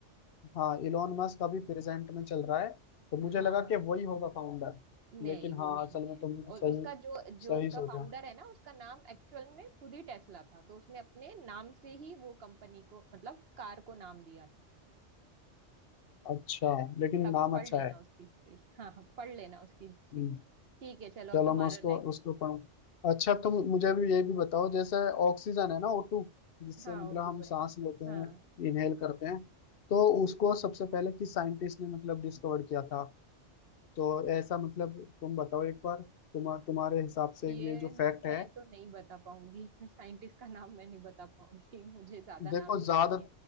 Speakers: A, on the left (about 55°); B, on the right (about 55°).
A: हाँ इलोन मस्क अभी प्रेजेंट में चल रहा है तो मुझे
B: हाँ
A: लगा कि वही होगा फाउंडर
B: नहीं
A: लेकिन
B: वो
A: हाँ
B: नहीं
A: असल
B: है
A: में तुमने
B: और
A: सही
B: उसका जो जो
A: सही
B: उसका
A: सोचा
B: फाउंडर है ना उसका नाम एक्चुअल में खुद ही टेस्ला था तो उसने अपने नाम से ही वो कंपनी को मतलब कार को नाम दिया था
A: अच्छा लेकिन
B: कभी
A: नाम
B: पढ़
A: अच्छा
B: लेना
A: है
B: उसकी हिस्ट्री हाँ हाँ, पढ़ लेना उसकी हिस्ट्री
A: हम्म,
B: ठीक है चलो अब
A: चलो
B: तुम्हारा
A: मैं उसको
B: नेक्स्ट
A: उसको पढ़ूँ अच्छा तुम
B: नेक्स्ट
A: मुझे भी ये भी बताओ जैसे ऑक्सीजन है ना O2 जिससे
B: हाँ
A: मतलब हम
B: टू
A: सांस
B: है
A: लेते हैं
B: हाँ
A: इनहेल करते हैं तो उसको सबसे पहले किस साइंटिस्ट ने मतलब डिस्कवर किया था तो ऐसा मतलब तुम बताओ एक बार तुम तुम्हारे हिसाब से
B: ये
A: ये जो फैक्ट
B: मैं
A: है
B: तो नहीं बता पाऊंगी <laughs> साइंटिस्ट का नाम मैं नहीं बता पाऊंगी मुझे ज्यादा
A: देखो
B: नाम याद
A: ज्यादा
B: नहीं